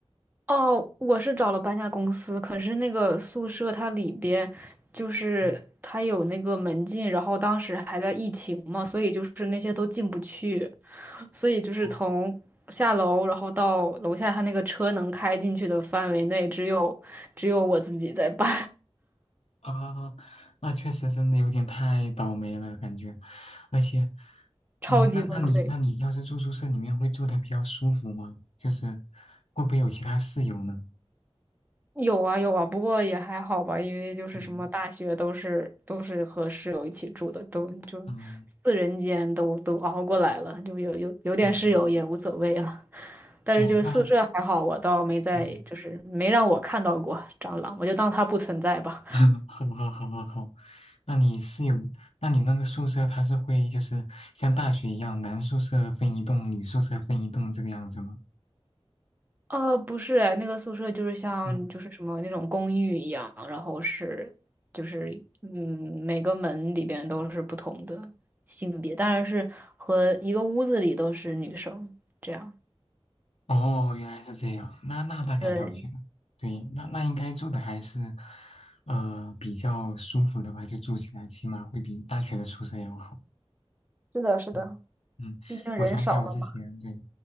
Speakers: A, on the right; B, on the left.
A: 哦，我是找了搬家公司，可是那个宿舍它里边就是它有那个门禁，
B: 嗯
A: 然后当时还在疫情嘛，所以就是那些都进不去，所以就是从下楼然后到楼下，
B: 哦
A: 它那个车能开进去的范围内，只有只有我自己在搬，
B: 啊，那确实真的有点太倒霉了感觉，而且，
A: <laughs> 超级崩溃。
B: 嗯，那那你那你要是住宿舍里面会住的比较舒服吗？就是会不会有其他室友呢？
A: 有啊有啊，不过也还好吧，因为就是什么大学都是都是和室友一起住的，
B: 嗯
A: 都就四人间都都熬过来了，
B: 嗯
A: 就有有有点室友也无所谓了。
B: 嗯，
A: 但是就是宿舍还好，
B: 哦，那他
A: 我倒没在，
B: 嗯。
A: 就是没让我看到过蟑螂，我就当它不存在吧。
B: <laughs> 好好好好好，那你是有，那你那个宿舍它是会就是像大学一样，男宿舍分一栋，女宿舍分一栋这个样子吗？
A: 呃，不是哎，那个宿舍就是像就是什么那种公寓一样，
B: 嗯，
A: 然后是就是嗯，每个门里边都是不同的性别，当然是和一个屋子里都是女生这样。
B: 哦，原来是这样，那那大概了解了。
A: 对，
B: 对，那那应该住的还是，呃，比较舒服的吧，就住起来起码会比大学的宿舍要好。
A: 是的，是的，
B: 嗯嗯，
A: 毕竟人少了嘛。
B: 我想起来我之前对，